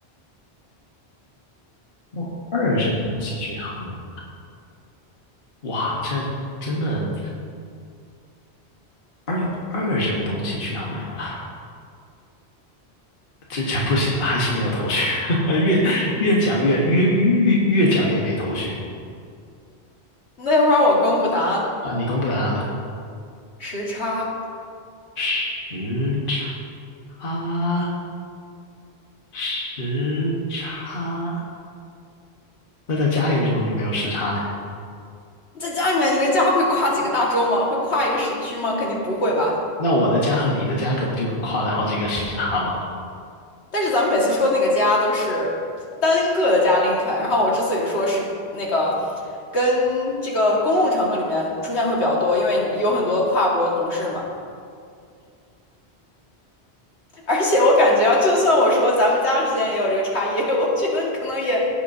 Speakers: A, on the left; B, on the left.
A: 用二这个东西去衡量。哇，这真的二用二这个东西去衡量它，这这不行，还是没有头绪，<laughs> 越越讲越越越越讲越没头绪
B: 那要不然我公布答案，
A: 啊！你公布答案吧。
B: 时差。
A: 时差，时差，那在家里为什么就没有时差呢？
B: 在家里面，你的家会跨几个大洲吗？会跨一个时区吗？肯定不会吧。
A: 那我的家和你的家可不就跨了好几个时差吗？
B: 但是咱们每次说那个家都是单个的家拎出来，然后我之所以说是那个跟这个公共场合里面出现会比较多，因为有很多的跨国同事嘛。而且我感觉啊，就算我说咱们家之间也有这个差异，<laughs> 我觉得你可能也